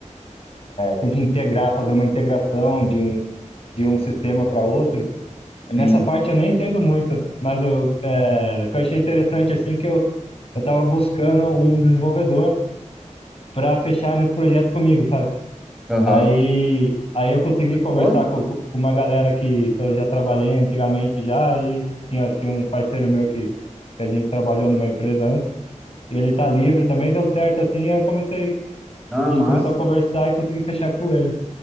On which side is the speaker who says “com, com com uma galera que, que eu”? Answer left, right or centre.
Left